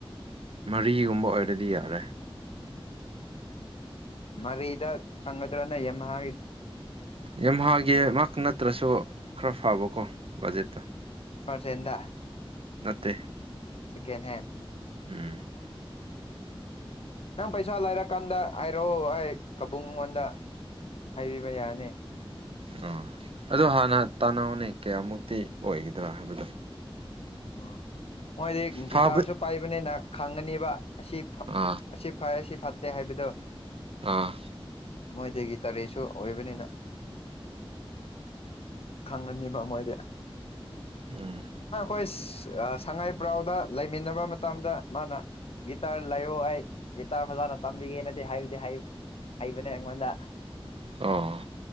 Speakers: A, on the right (about 70°); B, on the left (about 80°).
A: ꯃꯔꯤꯒꯨꯝꯕ ꯑꯣꯏꯔꯗꯤ ꯌꯥꯔꯦ
B: ꯃꯔꯤꯗ ꯆꯪꯒꯗ꯭ꯔꯅꯦ ꯌꯝꯍꯥꯒꯤ
A: ꯌꯝꯍꯥꯒꯤꯃꯛ ꯅꯠꯇ꯭ꯔꯁꯨ ꯈꯔ ꯐꯕꯀꯣ ꯕꯖꯦꯠꯇꯣ
B: ꯐꯔꯁ ꯍꯦꯟꯗ
A: ꯅꯠꯇꯦ
B: ꯁꯦꯀꯦꯟ ꯍꯦꯟ
A: ꯎꯝ
B: ꯅꯪ ꯄꯩꯁꯥ ꯂꯩꯔꯀꯥꯟꯗ ꯍꯥꯏꯔꯛꯑꯣ ꯑꯩ ꯀꯥꯕꯨꯡꯉꯣꯟꯗ ꯍꯥꯏꯕꯤꯕ ꯌꯥꯅꯤ
A: ꯑ ꯑꯗꯨ ꯍꯥꯟꯅ ꯇꯅꯥꯎꯅꯦ ꯀꯌꯥꯃꯨꯛꯇꯤ ꯑꯣꯏꯒꯗ꯭ꯔꯥ ꯍꯥꯏꯕꯗꯣ
B: ꯎꯝ ꯃꯣꯏꯗꯤ ꯒꯤꯇꯥꯔꯁꯨ
A: ꯐꯥꯕ
B: ꯄꯥꯏꯕꯅꯤꯅ ꯈꯪꯒꯅꯤꯕ ꯑꯁꯤ ꯐ
A: ꯑꯥ
B: ꯑꯁꯤ ꯐꯩ ꯑꯁꯤ ꯐꯠꯇꯦ ꯍꯥꯏꯕꯗꯣ
A: ꯑꯥ
B: ꯃꯣꯏꯗꯒꯤ ꯇꯔꯦꯠꯁꯨ ꯑꯣꯏꯕꯅꯤꯅ ꯈꯪꯒꯅꯤꯕ ꯃꯣꯏꯗꯤ
A: ꯎꯝ
B: ꯑꯣꯁ ꯁꯉꯥꯏꯄ꯭ꯔꯥꯎꯗ ꯂꯩꯃꯤꯟꯅꯕ ꯃꯇꯝꯗ ꯃꯥꯅ ꯒꯤꯇꯥꯔ ꯂꯩꯌꯣ ꯑꯩ ꯒꯤꯇꯥꯔ ꯐꯖꯅ ꯇꯝꯕꯤꯒꯦꯅꯗꯤ ꯍꯥꯢꯕꯗꯤ ꯍꯥꯏ ꯍꯩꯕꯅꯦ ꯑꯩꯉꯣꯟꯗ
A: ꯑꯣ